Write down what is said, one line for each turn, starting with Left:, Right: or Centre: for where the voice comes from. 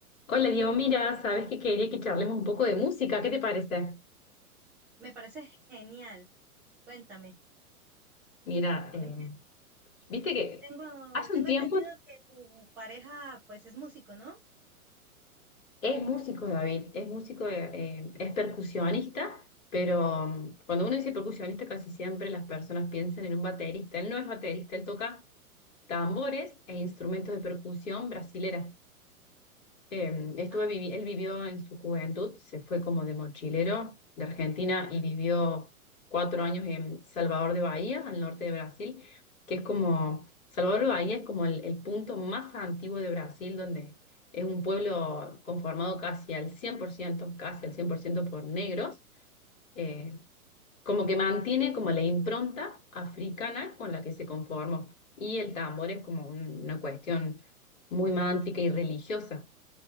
Left: Hola Diego, mira, sabes que quería que charlemos un poco de música, ¿qué te parece?
Centre: Me parece genial. Cuéntame.
Left: Mira, eh,
Centre: Em,
Left: viste que
Centre: Tengo,
Left: hace
Centre: tengo
Left: un tiempo
Centre: entendido que tu pareja pues es músico, ¿no?
Left: es músico David, es músico, eh, eh, es percusionista, pero mm, cuando uno dice percusionista casi siempre las personas piensan en un baterista, él no es baterista, él toca tambores e instrumentos de percusión brasileras. Eh, estuve
Centre: Ah,
Left: vivi- él vivió en su juventud, se fue como de mochilero de Argentina y vivió cuatro años en Salvador de Bahía, al norte de Brasil, que es como, Salvador de Bahía es como el, el punto más antiguo de Brasil, donde es un pueblo conformado casi al 100%, casi al 100% por ciento por negros, eh, como que mantiene como la impronta africana con la que se conformó. Y el tambor es como un- una cuestión muy mántrica y religiosa.